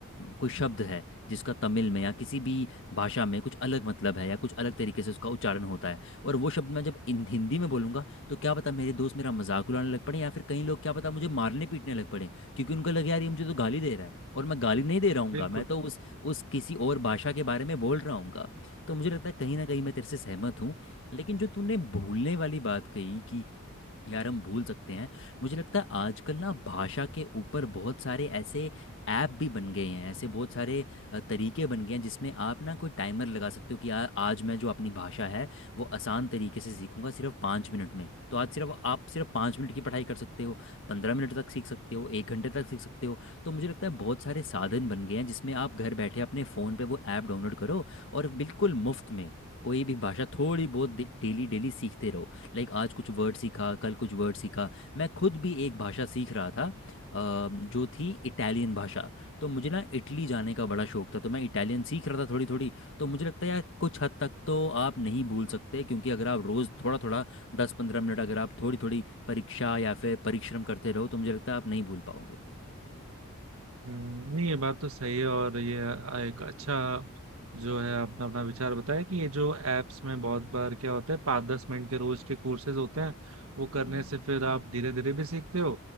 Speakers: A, on the left; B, on the right.
A: कोई शब्द है जिसका तमिल में या किसी भी भाषा में कुछ अलग मतलब है या कुछ अलग तरीके से उसका उच्चारण होता है और वो शब्द मैं जब इन हिंदी में बोलूंगा तो क्या पता मेरे दोस्त मेरा मजाक उड़ाने लग पड़े या फिर कई लोग क्या पता मुझे मारने पीटने लग पड़े क्योंकि उनको लगे यार ये मुझे तो गाली दे रहा है और मैं गाली नहीं
B: <laughs>
A: दे रहा हूँ
B: बिल्कुल
A: मैं तो उस उस किसी और भाषा के बारे में बोल रहा हूँ तो मुझे लगता है कहीं ना कहीं मैं तेरे से सहमत हूँ लेकिन जो तूने भूलने वाली बात कही कि यार हम भूल सकते हैं मुझे लगता है आजकल ना भाषा के ऊपर बहुत सारे ऐसे ऐप भी बन गए हैं ऐसे बहुत सारे अ, तरीके बन गए हैं जिसमें आप ना कोई टाइमर लगा सकते हो कि यार आज मैं जो अपनी भाषा है वो आसान तरीके से सीखूंगा सिर्फ पाँच मिनट में तो आज सिर्फ आप सिर्फ पाँच मिनट की पढ़ाई कर सकते हो पंद्रह मिनट तक सीख सकते हो एक घंटे तक सीख सकते हो तो मुझे लगता है बहुत सारे साधन बन गए हैं जिसमें आप घर बैठे अपने फ़ोन पे वो ऐप डाउनलोड करो और बिल्कुल मुफ्त में कोई भी भाषा थोड़ी बहुत डेली डेली सीखते रहो लाइक आज कुछ वर्ड सीखा कल कुछ वर्ड सीखा मैं खुद भी एक भाषा सीख रहा था अ, जो थी इटालियन भाषा तो मुझे ना इटली जाने का बड़ा शौक था तो मैं इटालियन सीख रहा था थोड़ी थोड़ी तो मुझे लगता है यार कुछ हद तक तो आप नहीं भूल सकते क्योंकि अगर आप रोज़ थोड़ा थोड़ा दस पंद्रह मिनट अगर आप थोड़ी थोड़ी परीक्षा या फिर परिश्रम करते रहो तो मुझे लगता है आप नहीं भूल पाओगे
B: हम्म, नहीं ये बात तो सही है और ये आ, एक अच्छा जो है आपने अपना विचार बताया कि ये जो एप्स में बहुत बार क्या होता है पाँच दस मिनट के रोज के कोर्सेज होते हैं वो करने
A: हम्म
B: से फिर आप धीरे धीरे भी सीखते हो